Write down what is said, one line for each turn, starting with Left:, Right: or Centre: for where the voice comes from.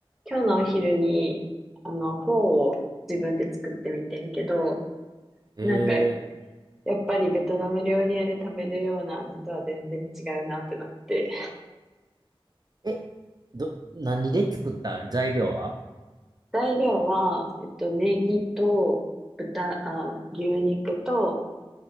Centre: 今日のお昼に、あの、フォーを自分で作ってみてんけど、
Right: え
Centre: なんか、やっぱりベトナム料理屋で食べるような味とは全然違うなってなって。
Right: ええ、ど、何で作ったん材料は
Centre: 材料は、えっと、ネギと豚、あ、牛肉と、